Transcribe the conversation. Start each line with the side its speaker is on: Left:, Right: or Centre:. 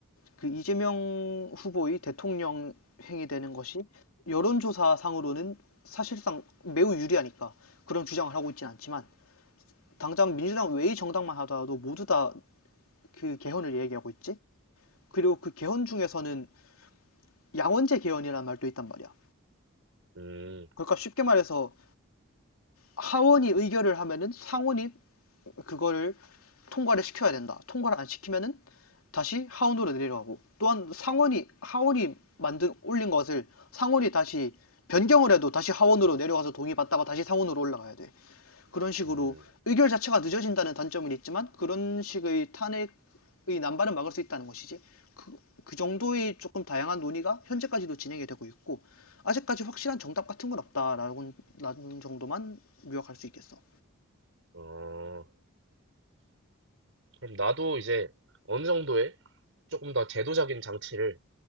Left: 그 이재명 후보의 대통령 행위되는 것이 여론조사상으로는 사실상 매우 유리하니까 그런 주장을 하고 있진 않지만 당장 민주당 외의 정당만 하더라도 모두 다 그 개헌을 얘기하고 있지. 그리고 그 개헌 중에서는 양원제 개헌이라는 말도 있단 말이야.
Right: 음,
Left: 그러니까 쉽게 말해서 하원이 의결을 하면은 상원이 그거를 통과를 시켜야 된다. 통과를 안 시키면은 다시 하원으로 내려가고 또한 상원이 하원이 만든 올린 것을 상원이 다시 변경을 해도 다시 하원으로 내려가서 동의받다가 다시 상원으로 올라가야 돼. 그런 식으로
Right: 음,
Left: 의결 자체가 늦어진다는 단점은 있지만 그런 식의 탄핵 이 난발을 막을 수 있다는 것이지 그, 그 정도의 조금 다양한 논의가 현재까지도 진행이 되고 있고 아직까지 확실한 정답 같은 건 없다라는 정도만 요약할 수 있겠어.
Right: 어. 그럼 나도 이제 어느 정도의 조금 더 제도적인 장치를